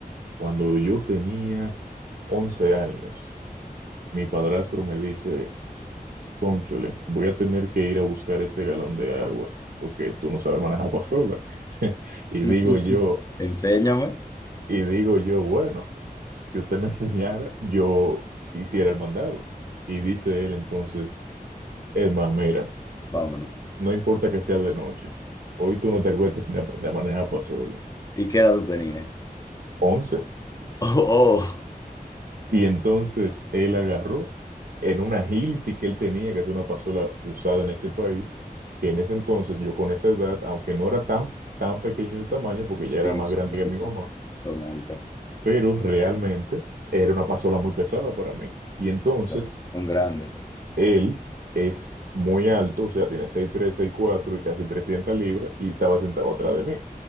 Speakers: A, on the right; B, on the left.
A: cuando yo tenía 11 años, mi padrastro me dice, Cónchole, voy a tener que ir a buscar este galón de agua, porque tú no sabes manejar pasola. <laughs> Y
B: <laughs>
A: digo yo,
B: Enséñame.
A: Y digo yo, bueno, si usted me enseñara, yo hiciera el mandado. Y dice él entonces, Emma, mira,
B: Vámonos.
A: no importa que sea de noche, hoy tú no te acuestas sin aprender a manejar para solo.
B: ¿Y qué edad tú tenías? <laughs>
A: Once.
B: Oh, oh.
A: Y entonces él agarró en una Agility que él tenía, que es una pasola usada en este país, que en ese entonces yo con esa edad, aunque no era tan, tan pequeño de tamaño, porque ya
B: Sí,
A: era más
B: son
A: grande
B: altas.
A: que mi mamá,
B: Son altas.
A: pero realmente era una pasola muy pesada para mí. Y entonces
B: Son, son grandes.
A: Él es muy alto, o sea, tiene seis tres, seis cuatro y casi 300 libras y estaba sentado atrás de mí.